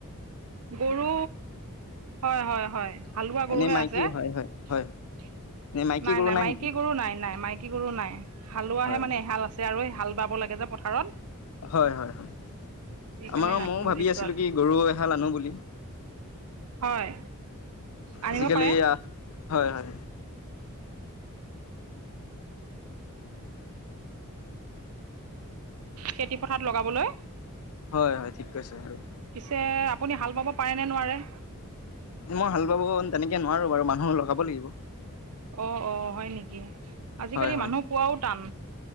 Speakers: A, on the right (about 85°); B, on the left (about 80°).
A: গৰু হয়, হয়, হয় হাল বোৱা
B: এনেই
A: গৰুহে
B: মাইকী
A: আছে।
B: হয় হয় হয় হয় এনেই মাইকী
A: নাই,
B: গৰু
A: নাই মাইকী
B: নেকি
A: গৰু নাই, নাই মাই। কী গৰু নাই, হালোৱাহে
B: হয়
A: মানে এগাল আছে, আৰু হাল বাব লাগে যে পথাৰত।
B: হয়, হয়, হয়
A: সেইকাৰণে
B: আমাৰ
A: ৰাখি
B: ময়ো
A: থৈ
B: ভাবি
A: দিছোঁ
B: আছিলোঁ
A: আৰু
B: কি গৰু এহাল আনো বুলি।
A: হয়। আনিব
B: আজিকলি
A: পাৰে
B: হয়, হয়।
A: খেতি পথাৰত লগাবলৈ।
B: হয়, হয় ঠিক কৈছে আৰু।
A: পিছে আপুনি হাল বাব পাৰে নে নোৱাৰে?।
B: মই হাল বাব তেনেকে নোৱাৰো বাৰু, মানুহ লগাব লাগিব।
A: অ, অ, হয় নেকি আজিকালি
B: হয় হয়
A: মানুহ পোৱাটোও টান।